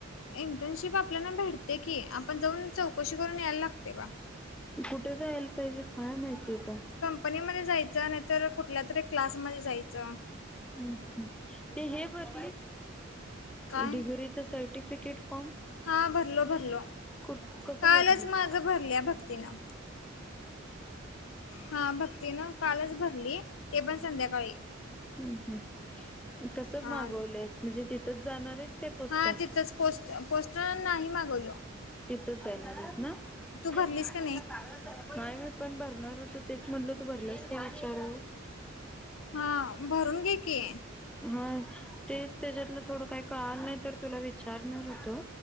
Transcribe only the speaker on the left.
इंटर्नशिप आपल्याला भेटते की आपण जाऊन चौकशी करून यायला लागते बा.
कंपनीमध्ये जायचं नाहीतर कुठल्या तरी क्लासमध्ये जायचं.
काय
हा भरलो भरलो
कालच
माझं भरल्या भक्तीनं हा भक्तीन कालच भरली ते पण संध्याकाळी.
हा
हा तिथंच पोस्ट पोस्टर नाहीही मगोल.
भरलीस का
हा भरून घे की.